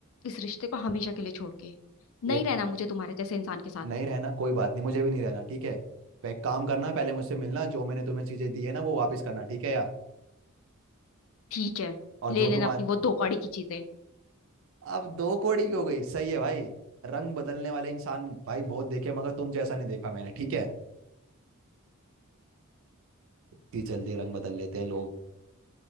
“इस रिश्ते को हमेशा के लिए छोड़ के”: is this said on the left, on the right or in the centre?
Left